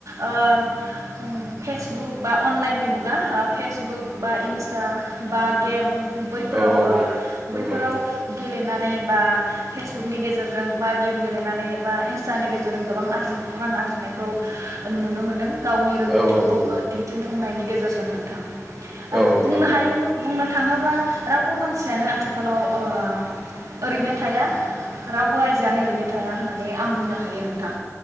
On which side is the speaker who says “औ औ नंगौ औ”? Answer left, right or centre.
Centre